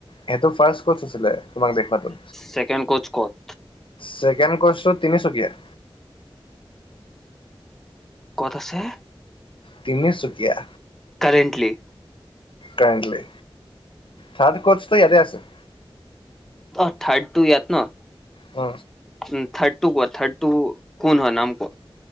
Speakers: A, on the left; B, in the centre.
A: সেইটো ফাৰ্ষ্ট কৰ্চ আছিলে তোমাক দেখুৱাতো।
B: ছেকেণ্ড কচ ক'ত
A: ছেকেণ্ড কৰ্চটো তিনিচুকীয়া।
B: ক'ত আছে?
A: তিনিচুকীয়া
B: কৰেণ্টলি
A: কাইলে থাৰত কৰ্চ ত ইয়াতে আছে।
B: অ থাৰ্ড তো ইয়াত ন,
A: অ
B: উ থৰ্ডটু ক থৰ্ড টু কোন হয় নাম ক